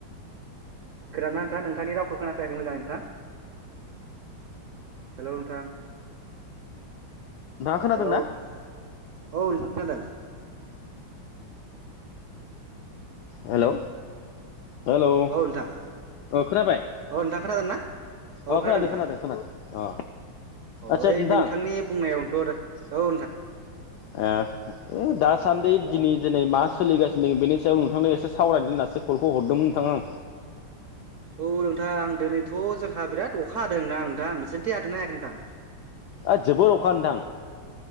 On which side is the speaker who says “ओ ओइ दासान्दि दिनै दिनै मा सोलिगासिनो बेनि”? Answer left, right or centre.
Left